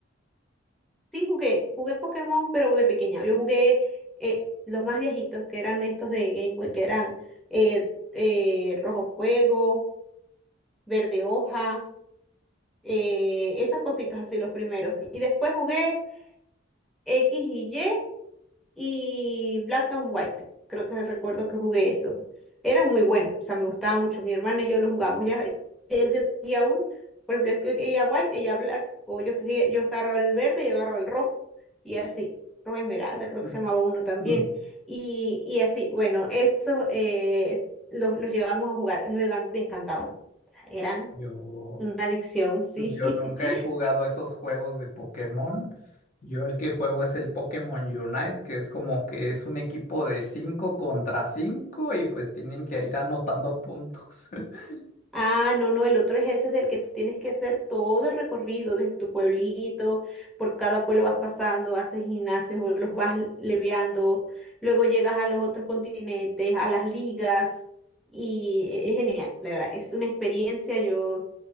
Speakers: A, in the centre; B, on the left.
A: Sí, jugué, jugué Pokémon, pero de pequeña. Yo jugué eh, los más viejitos, que eran estos de Game Boy, que eran eh, eh, Rojo Fuego, Verde Hoja, eh, esas cositas así, los primeros. Y después jugué X y Y, y Black and White. Creo que recuerdo que jugué eso. Era muy bueno, o sea, me gustaba mucho. Mi hermana y yo lo jugamos. Ella, ella escogía uno, por ejemplo, escog- ella white, ella black, o yo, escogía- yo agarraba el verde y agarraba el rojo, y así. Rojo esmeralda, creo
B: Mm,
A: que se llamaba uno también.
B: mm.
A: Y, y así, bueno, esos eh, los, los llegamos a jugar, me gan- me encantaban. O sea, eran
B: Yo,
A: una adicción, sí.
B: Yo nunca he jugado
A: <laughs>
B: esos juegos de Pokémon. Yo el que juego es el Pokémon Unite, que es como que es un equipo de 5 contra 5 y pues tienen que ir anotando puntos. <laughs>
A: Ah, no, no, el otro es ese del que tú tienes que hacer todo el recorrido desde tu pueblito, por cada pueblo vas pasando, haces gimnasios, o los vas leviando, luego llegas a los otros continentes, a las ligas, y e- es genial, la verdad, es una experiencia, yo